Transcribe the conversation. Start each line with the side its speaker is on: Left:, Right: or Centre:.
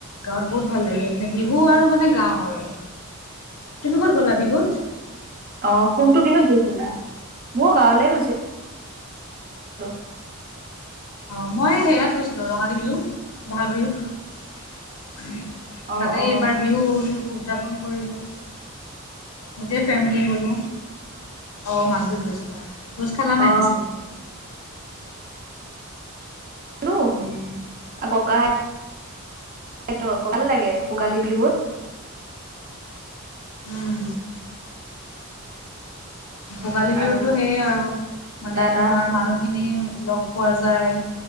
Left: গাঁৱত বহুত ভাল লাগে, মানে বিহু আৰু মানে গাও আৰু। তুমি ক'ত গ'লা বিহুত।
Right: অ' কোনটো বিহুত গৈছিলা মই গাঁৱলে গৈছিলো। হেল্ল'
Left: অ' মই হেয়াত গৈছিলো ৰঙালী বিহু বহাগ বিহুত।
Right: অ
Left: তাতে
Right: অ
Left: এইবাৰ বিহু উদযাপন কৰিলোঁ। গোটেই ফেমিলি গ'লো অ' মাজুত গৈছিলা ভোজ খালা নাই
Right: অ
Left: পিছে।
Right: খালো,
Left: উম
Right: ককা সেইটো আকৌ ভাল লাগে, ভোগালী বিহুত।
Left: উম। ভোগালী বিহুতো
Right: আৰু
Left: সেয়ে আৰু মানে
Right: দাদা
Left: তোমাৰ মানু খিনি লগ পোৱা যায়।